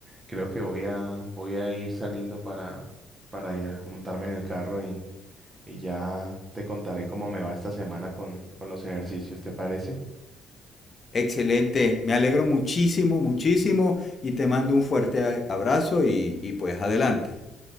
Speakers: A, on the right (about 25°); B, on the left (about 35°).
A: creo que voy a, voy a ir saliendo para, para ya montarme en el carro y, y ya te contaré cómo me va esta semana con, con los ejercicios, ¿te parece?
B: Excelente, me alegro muchísimo, muchísimo y te mando un fuerte a- abrazo y, y pues adelante.